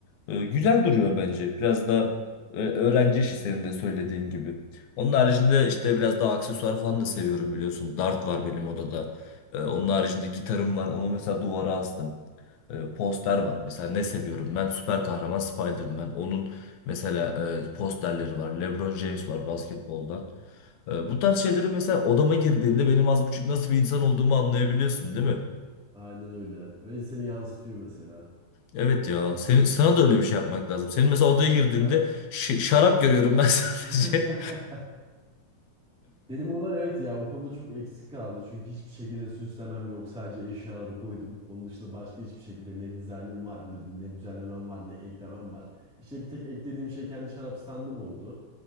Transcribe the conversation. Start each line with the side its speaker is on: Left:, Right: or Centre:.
Left: E, Güzel duruyor bence. Biraz da e, öğrenci işi senin de söylediğin gibi. Onun haricinde işte biraz daha aksesuar falan da seviyorum biliyorsun. Dart var benim odada. Ee, onun haricinde gitarım var. Onu mesela duvara astım. Ee, poster var. Mesela ne seviyorum ben? Süper kahraman Spider-Man. Onun mesela e, posterleri var. LeBron James var basketboldan. Ee, bu tarz şeyleri mesela odama girdiğinde benim az buçuk nasıl bir insan olduğumu anlayabiliyorsun değil mi?
Centre: Aynen öyle. Ve seni yansıtıyor mesela.
Left: Evet ya. Senin, sana da öyle bir şey yapmak lazım. Senin mesela odaya
Centre: Kanka.
Left: girdiğinde ş- şarap görüyorum ben <laughs> sadece.
Centre: <laughs> Benim o evet ya o konuda çok eksik kaldı. Çünkü hiçbir şekilde süslemem yok. Sadece eşyaları koydum. Onun dışında başka hiçbir şekilde ne dizaynım var, ne, ne düzenlemem var, ne eklemem var. İşte bir tek eklediğim şey kendi şarap standım oldu.